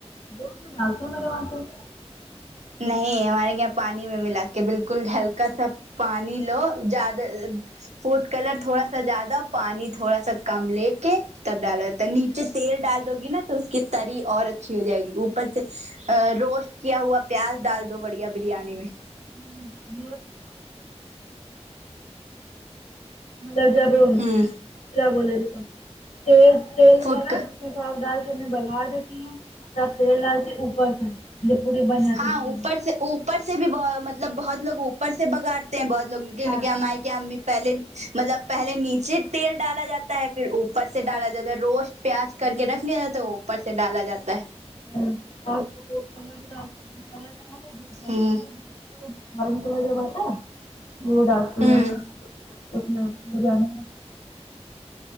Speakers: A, on the left; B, on the right.
A: دودھ من ڈالتے ہے میرے وہا توہ
B: نہیں ہمارے یہاں پانی میں ملا کے بالکل ہیلک کا سب پانی لو زیادہ فٹ کلر تھوڑا سا زیادہ پانی تھوڑا سا کم لے کے تب ڈالا جاتا ہے نیچے تیل ڈال دو گی نا تو اس کی تری اور اچھی ہو جائے گی اوپر سے روسٹ کیا ہوا پیاز ڈال دو بڑھیا بریانی میں
A: <inaudible> مطلب جب
B: ہ
A: کیا بولے تھے تم تیل تیل
B: فوڈ
A: رہا ہے اس میں ساگ ڈال کے ہم بگھار دیتی ہے سب تیل ڈال دیتی اوپر سے لے پورے بنا
B: ہاں
A: کے دیے
B: اوپر
A: ہیں
B: سے اوپر سے بھی بہت مطلب بہت لگ اوپر سے بگاڑتے ہیں بہت لوگ
A: ہاں
B: پہلے مطلب پہلے نیچے تیل ڈالا جاتا ہے پھر اوپر سے ڈالا جاتا ہے روسٹ پیاز کر کے رکھ لیا جائے تو اوپر سے ڈالا جاتا ہے
A: <unintelligible> دودھ کلر جماتا دودھ
B: ہمم
A: <unintelligible>
B: ہوں
A: اس میں بریانی